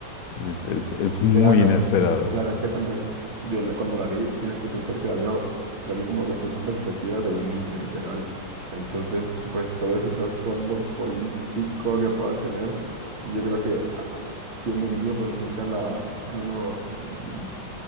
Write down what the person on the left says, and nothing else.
es, es es muy
inesperado.